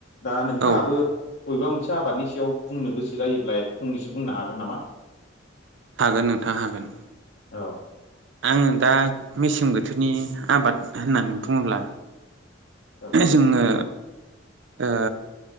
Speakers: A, on the left; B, on the right.
A: दा नोंथाङाबो
B: औ
A: बबेबा मोनसे आबादनि सायाव बुंनो गोसो जायोब्ला फंनैसो बुंनो हागोन नामा
B: हागोन नोंथां हागोन
A: औ
B: आङो दा मेसें बोथोरनि आबाद होननानै बुङोब्ला
A: औ नोंथां
B: जोङो ओ